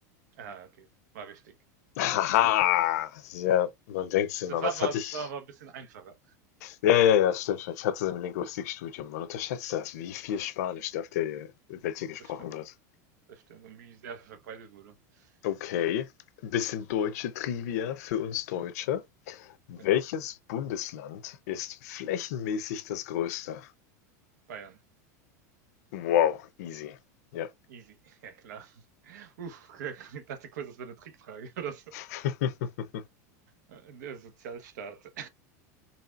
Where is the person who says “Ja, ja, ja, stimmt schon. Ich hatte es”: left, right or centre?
Left